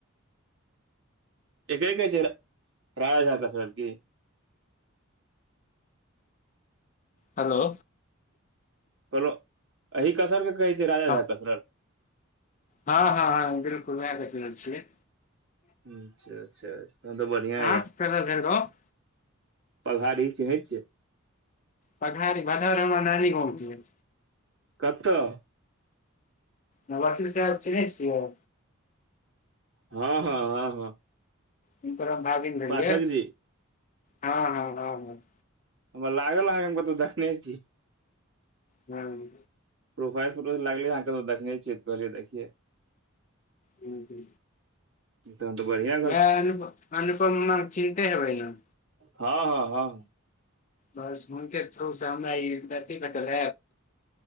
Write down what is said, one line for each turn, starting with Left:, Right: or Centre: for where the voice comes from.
Right: एकरे कह छै रा राजा झा कसरत की
Left: हेलो
Right: कहलौं एही कसर के कहै छै राजा
Left: हँ
Right: झा कसरत
Left: हँ हँ हँ बिलकुल वेहे कसरत छियै।
Right: अच्छा अच्छा तहन तऽ बढ़िआ
Left: अहाँ
Right: य
Left: कतऽ भेल गाँव
Right: पघाड़ी चहै छै
Left: पघारी भदौर हमर नानी गांव भेलै
Right: कतऽ
Left: नवाची साहेब चिन्है छियै
Right: हँ हँ हँ हँ
Left: इ परा बागन्द <unintelligible> रहललिय
Right: पाठक जी
Left: हँ हं हं हं
Right: हमरा लागल आहां हम कतौ देखने छी
Left: हूं
Right: प्रोफाइल फोटो लागले आहां कतउ देखने छियै तऽ कहलियै देखियै
Left: हू हू
Right: तहन तऽ बढ़ियां
Left: वेहे अनु अनुपमा चिन्ते हेबै न
Right: हँ हँ हँ
Left: बस हुनके थ्रू सऽ हमरा ई <unintelligible> भेटल